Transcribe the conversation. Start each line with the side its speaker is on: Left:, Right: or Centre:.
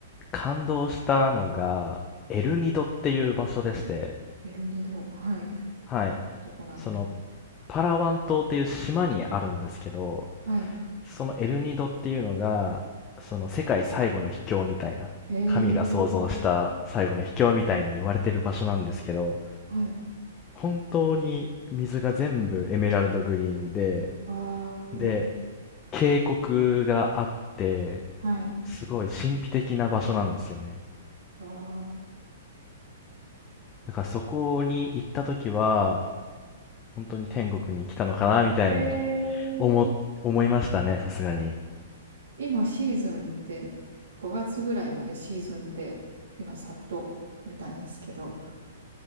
Left: 感動したのが、エルニドっていう場所でして、
Right: エルニド、はい。
Left: はい。
Right: どこなんでしょ
Left: そのパラワン島っていう島にあるんですけど
Right: う。はい。
Left: そのエルニドっていうのがその世界最後の秘境みたいな神が創造した最後の秘境みたいに言われてる場所なんですけど
Right: えー、はい。
Left: 本当に水が全部エメラルドグリーンで
Right: わ
Left: で
Right: あ、
Left: 渓谷があって
Right: はい。
Left: すごい神秘的な場所なんですよね
Right: わあ。
Left: だからそこに行った時は本当に天国に来たのかなみたいな
Right: えー、
Left: 思思いましたねさすがに
Right: 今シーズンって5月ぐらいまでシーズンって今さっと見たんですけど、